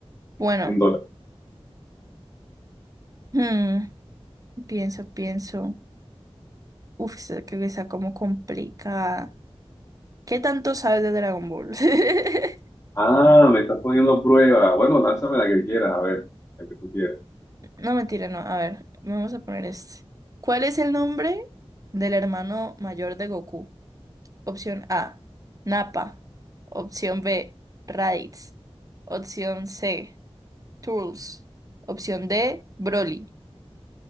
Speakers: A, on the right; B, on the left.
A: Bueno,
B: 100 dólares.
A: hmm, pienso, pienso. Uf, esa creo que está como complicada. ¿Qué tanto sabes de Dragon Ball? <laughs>
B: Ah, me estás poniendo a prueba. Bueno, lánzame la que quieras, a ver, la que tú quieras.
A: No, mentira, no. A ver, vamos a poner este. ¿Cuál es el nombre del hermano mayor de Goku? Opción A, Nappa. Opción B, Raditz. Opción C, Trunks. Opción D, Broly.